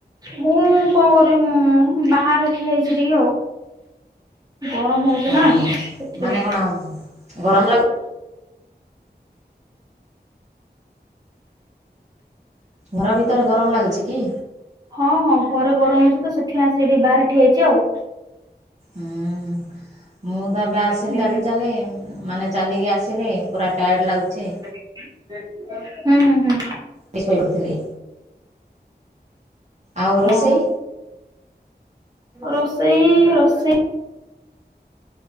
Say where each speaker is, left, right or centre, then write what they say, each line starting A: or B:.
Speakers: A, on the right; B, on the right.
A: ମୁଁ କଣ କରିବି ମୁଁ ବାହାରେ ଠିଆ ହେଇଛି ଟିକେ ଆଉ। ଗରମ ହଉଛି
B: ହଁ
A: ନା
B: ହଁ
A: ସେଥିପାଇଁ
B: ମାନେ
A: କି।
B: କଣ ଗରମ ଲାଗ ଘର ଭିତରେ ଗରମ ଲାଗୁଛି କି?
A: ହଁ ହଁ ଘରେ ଗରମ ହଉଛି ତ ସେଥିପାଇଁ ଆସି ଏଠି ବାହାରେ ଠିଆଇଛି ଆଉ।
B: ହୁଁ ହୁଁ ମୁଁ ତ ଏବେ ଆସିଲି
A: ହୁଁ
B: ଚାଲି ଚାଲି ମାନେ ଚାଲିକି ଆସିଲି। ପୁରା ଟାୟେର୍ଡ଼ ଲାଗୁଚି।
A: ହୁଁ ହୁଁ ହୁଁ।
B: ଟିକେ ଶୋଇପଡିଥିଲି। ଆଉ
A: ହଁ
B: ରୋଷେଇ
A: ରୋଷେଇ ରୋଷେ